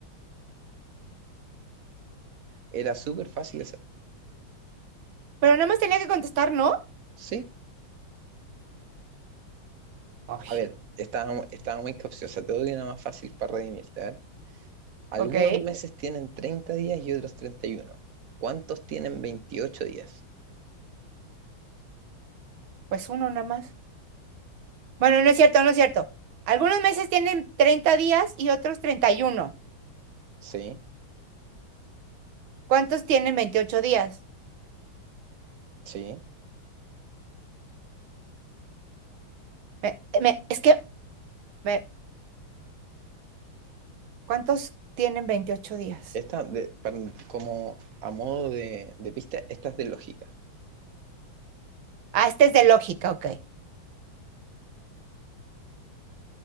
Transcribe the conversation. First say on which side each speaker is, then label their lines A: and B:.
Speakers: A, on the right (about 50°); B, on the right (about 75°).
A: Era súper fácil esa.
B: Pero nada más tenía que contestar, ¿no?
A: Sí.
B: Ay,
A: A ver, estaba, mu- estaba muy capciosa. Te doy una más fácil para redimirte. A ver. Algunos
B: ok.
A: meses tienen 30 días y otros 31. ¿Cuántos tienen veintiocho días?
B: Pues uno nada más. Bueno, no es cierto, no es cierto. Algunos meses tienen 30 días y otros 31.
A: Sí,
B: ¿Cuántos tienen veintiocho días?
A: sí.
B: Me- me- es que, me- ¿cuántos tienen 28 días?
A: Esta, de- para- como a modo de, de pista, esta es de lógica.
B: Ah, este es de lógica, ok.